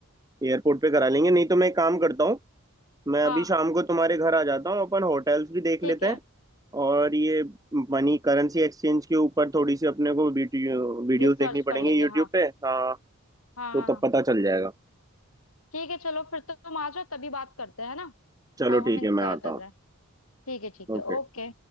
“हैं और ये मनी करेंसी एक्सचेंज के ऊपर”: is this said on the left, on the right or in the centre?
Right